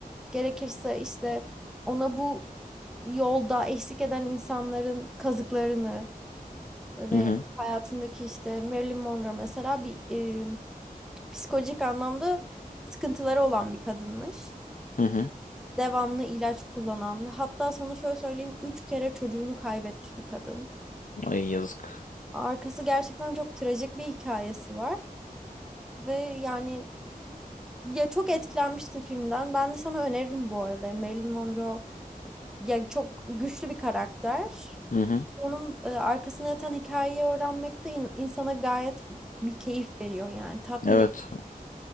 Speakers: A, in the centre; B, on the left.
A: gerekirse işte ona bu yolda eksik eden insanların kazıklarını ve
B: Hı hı.
A: hayatındaki işte Marilyn Monroe mesela bir eee, psikolojik anlamda sıkıntıları olan bir kadınmış
B: Hı hı.
A: devamlı ilaç kullanan ve hatta sana şöyle söyleyeyim 3 kere çocuğunu kaybetmiş bir kadın.
B: Ay yazık.
A: Arkası gerçekten çok trajik bir hikayesi var ve yani ya çok etkilenmiştim filmden. Ben de sana öneririm bu arada. Marilyn Monroe ya çok güçlü bir karakter.
B: Hı hı.
A: Onun e, arkasına yatan hikayeyi öğrenmek de in- insana gayet bir keyif veriyor yani tatmin
B: Evet.